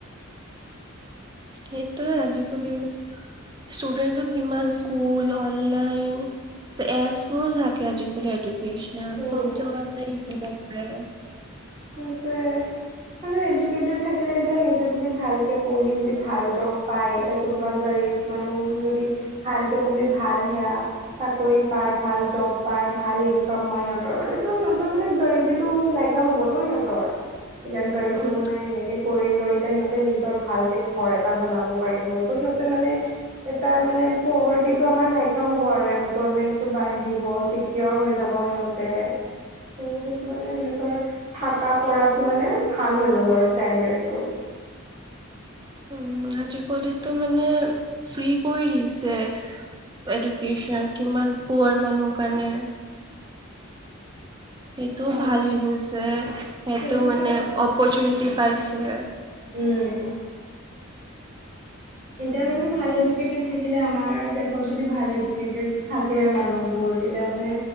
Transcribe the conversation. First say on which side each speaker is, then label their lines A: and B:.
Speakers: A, on the right; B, on the right.
A: সেইটো আজি বুলি ষ্টুডেণ্টটো কিমান স্কুল, অনলাইন এপছবোৰ থাকে আজি-কালি এডু কৃষ্ণ
B: উম।
A: চব জেগাতে শিকিব পাৰে।
B: তাকে। আৰে ইডুকেটেত থাকিলে, এতিয়া নিজে যদি ভালকে পঢ়ি-বুজি ভাল জব্‌ পায়। তাটে কোনোবা গা ইদ মানুহ যদি ভালকে পঢ়ি ভাল সেৱা, চাকৰি পায়, ভাল জব পায়। ভাল ইনকম হ'য় সিহঁতৰ। মানে, ত' সিহঁতৰ মানে গৰিবীটো নাই কিয়া হ'ব্‌ হ'ব ন' সিহঁতৰ। এতিয়াক গৰিব
A: উম
B: মানুহে সেনেকে কৰি লৈ পে টে সিহঁতে নিজৰ ভালকে ঘৰ এটা বনাব পাৰিব। ত' সিহঁতে মানে, এটা মানে প্ৰৰ্ভাত্‌ তিটো আমাৰ নাইকিয়া হ'ব আৰু এমপ্লয়মেণ্টটো বাঢ়িব, চিক্ৰীয়ৰ হৈ যাব সিহঁতে। টো সেইটো মানে সিহঁতৰ থাকা কৰাটো মানে, ভাল হৈ যাব আৰু। ষ্টেণ্ডৰ্ডাতটো
A: উম, আজি-কালিটো মানে, ফ্ৰী কৰি দিছে। এডুকেশ্যন কিমান পোৱাৰ মানুহ কাৰণে? সেইটোও
B: অ',
A: ভাল হৈ গৈছে। সেইটো
B: সেইটোতো
A: মানে,
B: হয়।
A: অপৰচুনিটি পাইছে।
B: উম। এতিয়া মানে ভাল এডুকেটেড থাকিলে আমাৰ, দেশত যদি ভাল এডুকেটেড থাকে। মানুহবোৰ তেতিয়া মানে